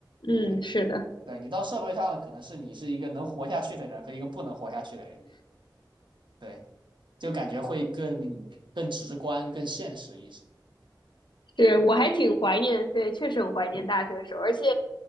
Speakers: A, on the left; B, on the right.
A: 嗯，
B: 对
A: 是的。
B: 对，你到社会上了，可能是你是一个能活下去的人和一个不能活下去的人，对，就感觉会更更直观、更现实一些
A: 是，我还挺怀念，对，确实很怀念大学的时候，而且